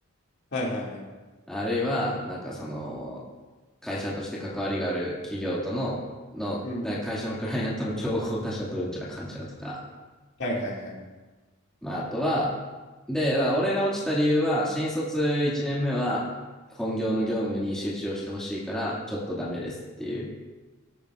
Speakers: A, on the left; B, in the centre.
A: はいはいはい。
B: あるいは、なんかその、会社として関わりがある企業との、の、
A: うん。
B: 会社のクライアントの競合他社とうんちゃらかんちゃらとか、
A: はいはいはい。
B: まあ、あとは、で、俺が落ちた理由は、新卒1年目は、本業の業務に集中をしてほしいから、ちょっとダメですっていう